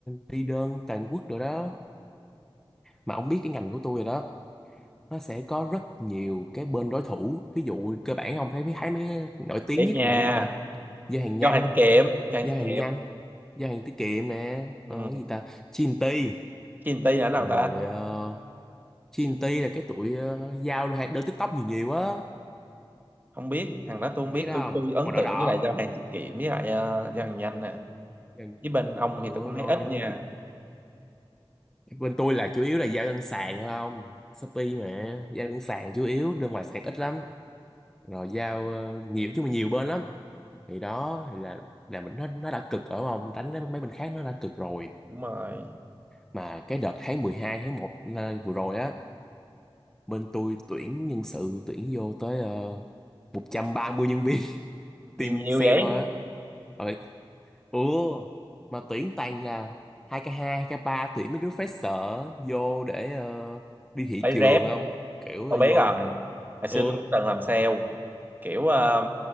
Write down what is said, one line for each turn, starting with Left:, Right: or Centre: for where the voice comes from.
Centre: đi đơn toàn quốc rồi đó mà ông biết cái ngành của tôi rồi đó nó sẽ có rất nhiều cái bên đối thủ ví dụ cơ bản ông thấy thấy mấy cái nổi tiếng
Right: thiệt
Centre: nhất
Right: nha.
Centre: là cái gì ta giao hàng nhanh
Right: Giao hàng tiết kiệm, giao
Centre: giao
Right: hàng tiết
Centre: hàng
Right: kiệm.
Centre: nhanh giao hàng tiết kiệm nè ờ,
Right: Ừ.
Centre: gì ta G&T
Right: Chinty là nào
Centre: rồi
Right: ta?
Centre: uh, G&T
Right: Chi-
Centre: là cái tụi ờ, giao hàng đơn TikTok nhiều nhiều á
Right: Không biết, thằng đó tôi không
Centre: biết
Right: biết,
Centre: cái đó
Right: tôi
Centre: không
Right: tôi ấn
Centre: màu đỏ
Right: tượng
Centre: đỏ
Right: với lại giao hàng tiết kiệm với lại ờ, giao hàng nhanh nè.
Centre: Dần-
Right: Với bên ông
Centre: ừ,
Right: thì tôi cũng
Centre: rồi
Right: thấy ít
Centre: ờ,
Right: nha.
Centre: bên tôi là chủ yếu là giao đơn sàn thôi không Shopee mà giao đơn sàn chủ yếu đơn ngoài sàn ít lắm rồi giao ờ, nhiều chứ mà nhiều bên lắm thì đó thì là là mình nó nó đã cực ở không đánh mấy bên khác nó đã cực rồi
Right: Đúng rồi.
Centre: mà cái đợt tháng mười hai tháng 1 vừa rồi á bên tôi tuyển nhân sự tuyển vô tới uh, 130 nhân viên <laughs> team
Right: Gì nhiều
Centre: sale
Right: vậy?
Centre: thôi á rồi ủa mà tuyển toàn là hai k hai hai k ba tuyển mấy đứa fresher vô để ờ, đi thị
Right: Phải
Centre: trường
Right: rep.
Centre: không kiểu
Right: Tôi
Centre: là
Right: biết
Centre: vô
Right: rồi. Hồi xưa
Centre: ừ,
Right: tôi cũng từng làm sale. Kiểu ờ,